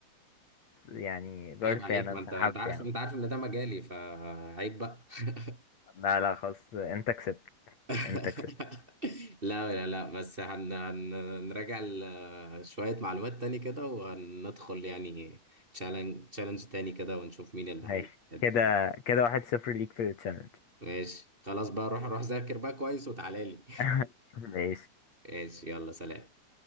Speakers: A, on the left; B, on the right.
A: يعني جارتي
B: عيب عليك
A: انا
B: ما
A: انسحبت
B: انت انت عارف
A: يعني
B: انت عارف ان ده مجالي فعيب بقى <laughs>
A: لا لا خلاص انت كسبت
B: <laughs>
A: انت كسبت
B: لا لا لا بس هن هن- هنراجع ال- شوية معلومات تاني كده وهندخل يعني تشالنج تشالنج تاني كده ونشوف مين اللي
A: ماشي
B: هيأدي
A: كده
B: فيه
A: كده واحد صفر ليك في التشالنج
B: ماشي خلاص بقى روح روح ذاكر بقى كويس وتعالى لي
A: <laughs> ماشي
B: <laughs> ماشي يلا سلام